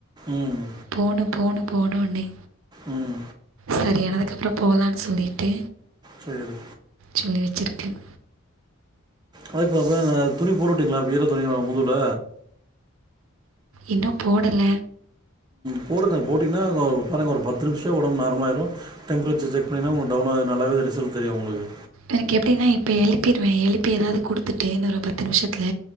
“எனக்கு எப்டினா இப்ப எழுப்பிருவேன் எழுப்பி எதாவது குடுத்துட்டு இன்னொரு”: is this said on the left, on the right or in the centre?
Right